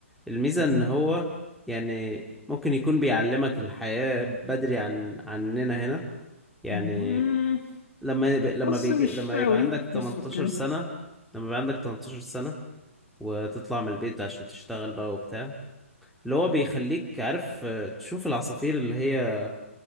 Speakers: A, in the centre; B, on the left.
A: الميزة ان
B: مم.
A: هو يعني ممكن يكون بيعلمك الحياة بدري عن عننا هنا يعني
B: مم.
A: لما يب... لما
B: بص
A: بيجي
B: مش
A: لما
B: قوي
A: يبقى عندك 18
B: بس اوكي
A: سنة لما يبقى عندك 18 سنة وتطلع من البيت عشان تشتغل بقى وبتاع اللي هو بيخليك عارف آه، تشوف العصافير اللي هي